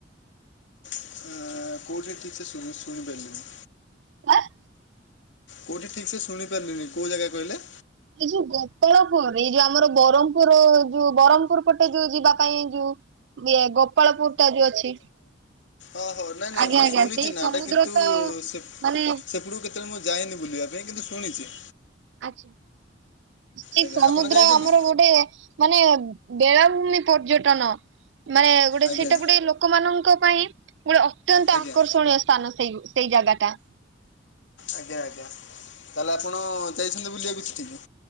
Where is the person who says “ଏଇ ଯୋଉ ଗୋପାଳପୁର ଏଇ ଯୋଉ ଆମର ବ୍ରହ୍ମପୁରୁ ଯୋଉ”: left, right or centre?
Right